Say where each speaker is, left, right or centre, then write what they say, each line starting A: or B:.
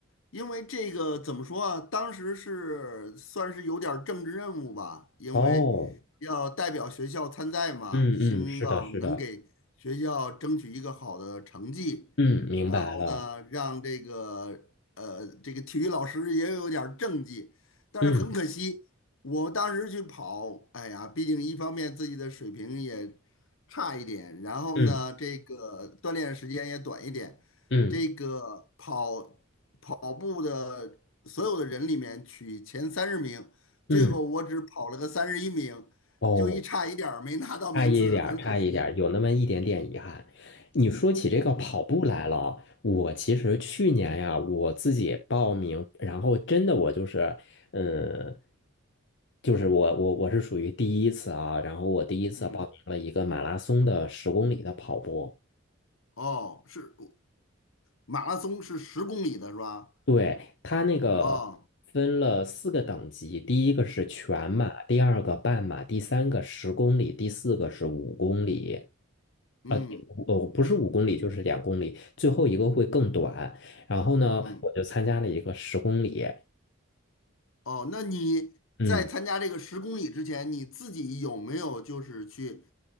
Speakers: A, on the left; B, on the left.
A: 因为这个怎么说啊？当时是算是有点儿政治任务吧，因为要代表学校参赛嘛，
B: 哦，嗯嗯，
A: 希望能给学校争取一个好的成绩，
B: 是的，是的，嗯，明白了，
A: 然后呢，让这个呃这个体育老师也有点儿政绩，但是很可惜，
B: 嗯
A: 我当时去跑，哎呀，毕竟一方面自己的水平也差一点，然后呢，
B: 嗯
A: 这个锻炼时间也短一点。
B: 嗯
A: 这个跑跑步的所有的人里面取前三十名，
B: 嗯，
A: 最后我只跑了个三十一名，
B: 哦。
A: 就一差一点儿没拿到名次，
B: 差一点儿，
A: 很可惜。
B: 差一点儿，有那么一点点遗憾。你说起这个跑步来了，
A: 嗯
B: 我其实去年呀，我自己报名，然后真的我就是，嗯，就是我我我是属于第一次啊，然后我第一次报名了一个马拉松的十公里的跑步。
A: 嗯，哦，是马拉松是十公里的是吧？
B: 对，它那个分了四个等级，
A: 哦，
B: 第一个是全马，
A: 嗯
B: 第二个半马，第三个十公里，第四个是五公里。
A: 嗯
B: 啊，第五哦，不是五公里，就是两公里，最后一个会更短。然后呢，
A: 嗯，
B: 我就参加了一个十公里。
A: 哦，那你在参加这个十公里之前，
B: 嗯，
A: 你自己有没有就是去